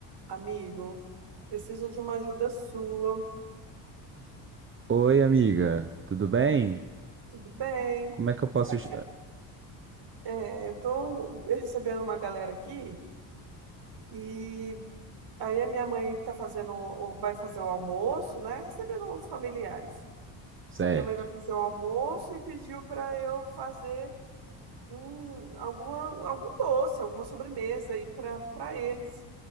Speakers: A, on the right; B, on the right.
A: Amigo, preciso de uma ajuda sua.
B: Oi, amiga, tudo bem?
A: Tudo bem?
B: Como é que eu posso.
A: Será
B: aj-
A: que você... É, eu tô recebendo uma galera aqui e aí a minha mãe tá fazendo, o- vai fazer o almoço, né? Recebendo os familiares.
B: Certo.
A: Minha mãe vai fazer o almoço e pediu para eu fazer um, alguma, algum doce, alguma sobremesa aí para para eles.